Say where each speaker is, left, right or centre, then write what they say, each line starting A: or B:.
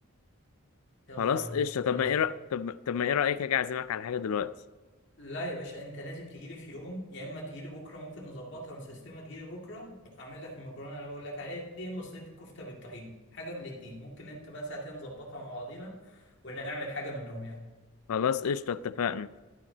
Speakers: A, on the left; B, on the left.
A: يلا
B: خلاص
A: يا عم
B: قشطة طب
A: على
B: ما
A: خير
B: ايه رأ... طب... طب ما ايه رأيك اجي اعزمك على حاجة دلوقتي
A: لا يا باشا انت لازم تجيلي في يوم يا اما تجيلي بكره ممكن نظبطها ونسيستمها تجيلي بكره اعمل لك المكرونه اللي انا بقول لك عليها دي يا اما صينيه الكفته بالطحين حاجه من الاتنين ممكن انت بقى ساعتين نظبطها مع بعضينا ولا نعمل حاجه منهم يعني
B: خلاص قشطة اتفقنا